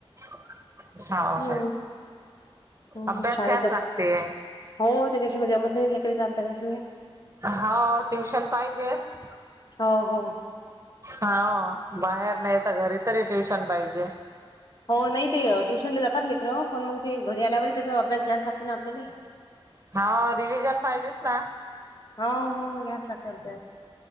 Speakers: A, on the right; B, on the left.
A: हो
B: हम्म
A: हो
B: हो
A: अभ्यास
B: शाळेत
A: घ्यास
B: जात
A: लागते.
B: हो त्याच्याशिवाय जमत नाही लेकराचे अभ्यासाशिवाय
A: हो ट्युशन पाहिजेस.
B: हो हो
A: हो बाहेर नाही तर घरी तरी ट्युशन पाहिजे.
B: हो नाही ते ट्युशनला जातात लेकर पण मग ते घरी आल्यावरही त्याचा अभ्यास घ्यास लागत ना आपल्याले.
A: हा रिव्हीजन पाहिजेच ना.
B: हो हो घ्यास लागते अभ्यास.